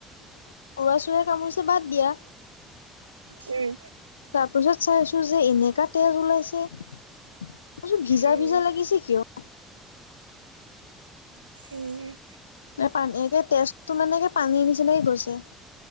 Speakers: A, on the left; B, on the right.
A: লৰা চোৱায় কামুৰিছে বাদ দিয়া।
B: উম,
A: তাৰ পিছত চাইছো যে এনেকা তেজ ওলাইছে। কচোন ভিজা
B: উম,
A: ভিজা লাগিছে কিয়?
B: উম,
A: পানীে তেজটো মানে পানীৰ নিচিনাকে গৈছে।